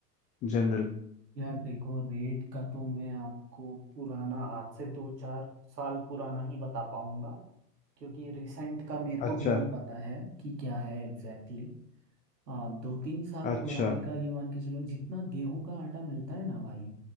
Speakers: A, on the left (about 15°); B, on the right (about 75°).
A: जनरल
B: यार देखो रेट का तो मैं आपको पुराना आज से दो चार साल पुराना ही बता पाऊंगा क्योंकि रिसेंट का मेरे को
A: अच्छा
B: भी नहीं पता है कि क्या है एग्जैक्टली हाँ दो तीन साल
A: अच्छा
B: पुराने का ये मान के चलो जितना गेहूं का आटा मिलता है ना भाई